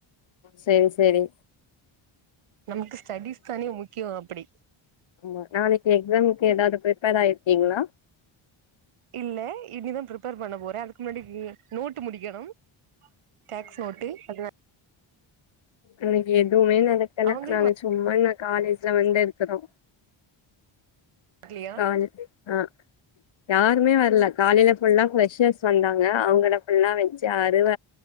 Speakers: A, on the left; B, on the right.
A: சரி சரி
B: நமக்கு ஸ்டடிஸ் தானே முக்கிய அப்டி
A: ம்ம் நாளைக்கு எக்ஸாம்கக்கு ஏதாவது ப்ரிப்பேர் ஆயிருக்கீங்களா
B: இல்ல இனிதா ப்ரிப்பர் பண்ண போ அதுக்கு முன்னாடி நோட்டு முடிக்கணு டக்ஸ் நோட்டு அத
A: எனக்கு எதுவுமே நடக்கல
B: அவங்களு
A: நாங்க சும்மா நா காலேஜ்ல வந்து இருக்குறோ
B: வரலையா
A: காலக்கே ஹா யாருமே வரல காலையில ஃபுல்லா ஃப்ரெஷர்ஸ் வந்தாங்க அவங்கள ஃபுல்லா வச்சி அருவ